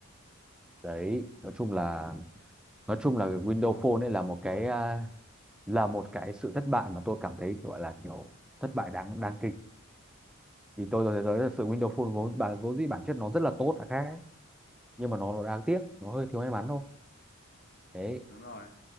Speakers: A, in the centre; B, on the left.
A: đấy nói chung là nói chung là Windows Phone ấy là một cái à, là một cái sự thất bại mà tôi cảm thấy gọi là kiểu thất bại đáng đáng kịch thì tôi thấy
B: ừ,
A: tới sự Windows Phone vốn bản vốn dĩ bản chất nó rất là tốt là khác ấy. nhưng mà nó nó đáng tiếc nó hơi thiếu may mắn thôi đấy
B: đúng rồi